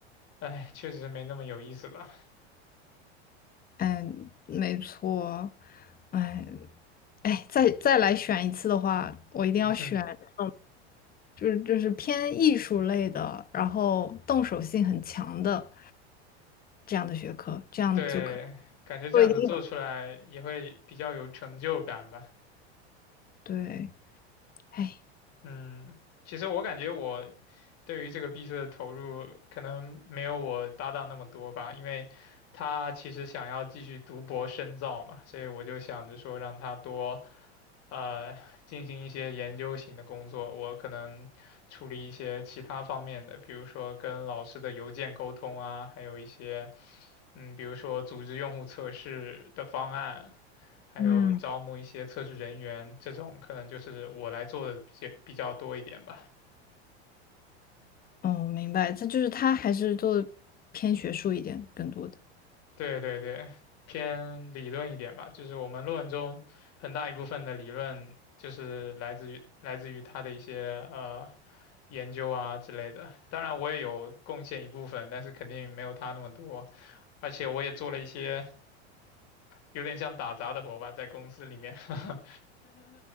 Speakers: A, on the left; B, on the left.
A: 哎，确实没那么有意思吧。
B: 哎，没错。哎，哎，再再来选一次的话，我一定要选，
A: <laughs>
B: 嗯，就是就是偏艺术类的，然后动手性很强的这样的学科，这样就可
A: 对，感觉这样子做出来也会比较有成就感吧。
B: 做一点有对。哎，
A: 嗯，其实我感觉我对于这个毕设的投入可能没有我搭档那么多吧，因为他其实想要继续读博深造嘛，所以我就想着说让他多。呃进行一些研究型的工作，我可能处理一些其他方面的，比如说跟老师的邮件沟通啊，还有一些嗯，比如说组织用户测试的方案，还有招募一些测试人员，
B: 嗯。
A: 这种可能就是我来做的比较比较多一点吧。
B: 哦，明白，他就是他还是做的偏学术一点，更多的。
A: 对对对，偏理论一点吧，就是我们论文中很大一部分的理论就是来自于来自于他的一些呃研究啊之类的。当然我也有贡献一部分，但是肯定没有他那么多，而且我也做了一些有点像打杂的活吧，在公司里面。<laughs>